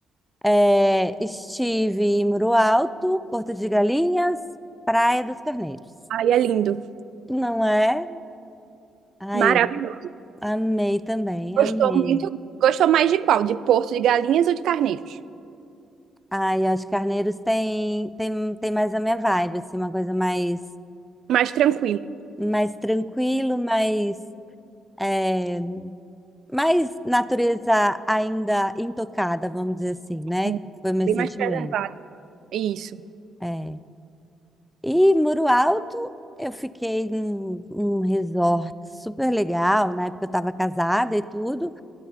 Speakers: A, in the centre; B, on the right (about 75°).
A: É, estive em Muro Alto, Porto de Galinhas, Praia dos Carneiros.
B: ai, é lindo.
A: Não é? Ai,
B: Maravilhoso.
A: eu amei também,
B: Gostou
A: amei.
B: muito? Gostou mais de qual? De Porto de Galinhas ou de Carneiros?
A: Ai, acho que Carneiros tem, tem, tem mais a minha vibe, assim, uma coisa mais,
B: Mais tranquilo.
A: mais tranquilo, mais, é, mais natureza ainda intocada, vamos dizer assim, né?
B: Sim.
A: Foi meu
B: Bem
A: sentimento.
B: mais preservado. Isso.
A: É. E Muro Alto, eu fiquei num, num resort super legal, na época eu estava casada e tudo.